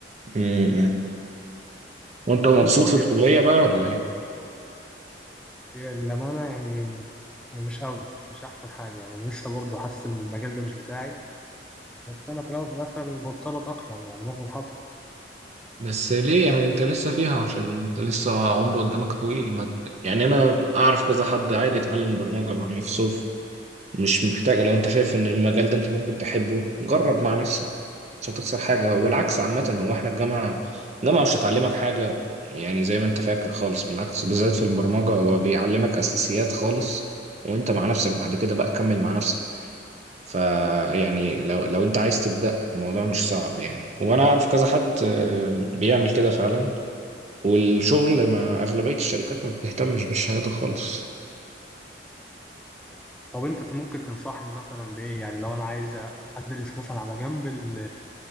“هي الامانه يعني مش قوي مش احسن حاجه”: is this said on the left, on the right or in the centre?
Centre